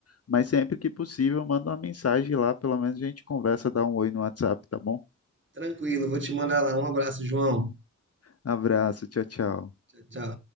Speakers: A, on the left (about 50°); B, on the right (about 40°).
A: mas sempre que possível, manda uma mensagem lá, pelo menos a gente conversa, dá um oi no WhatsApp, tá bom?
B: Tranquilo, vou te mandar lá. Um abraço, João.
A: Abraço, tchau, tchau.
B: Tchau, tchau.